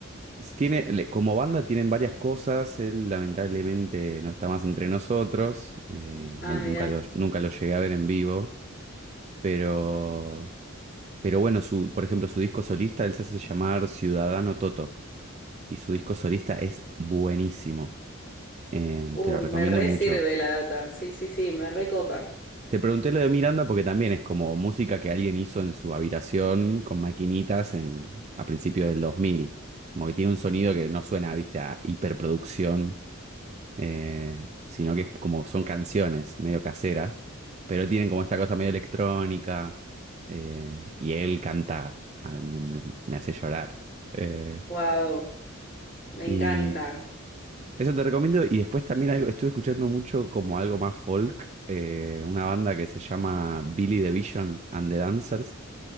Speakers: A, on the right; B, on the left.
A: s- tiene, le- como banda tienen varias cosas, él lamentablemente no está más entre nosotros, eh,
B: Ah,
A: no- nunca
B: mirá.
A: lo, nunca lo llegué a ver en vivo, pero, pero bueno, su, por ejemplo, su disco solista, él se hace llamar Ciudadano Toto, y su disco solista es buenísimo, eh,
B: Uy,
A: te lo recomiendo
B: me re
A: mucho.
B: sirve la data. Sí, sí, sí, me recopa.
A: Te pregunté lo de Miranda porque también es como música que alguien hizo en su habitación con maquinitas en, a principios del 2000. Como que tiene un sonido que no suena, viste, a hiperproducción eh, sino que es como son canciones medio caseras, pero tienen como esta cosa medio electrónica eh, y él canta, ah, me, me- me hace llorar. Eh,
B: Wow, me
A: y
B: encanta.
A: eso te recomiendo y después también algo, estuve escuchando mucho como algo más folk, eh, una banda que se llama Billy the Vision and the Dancers,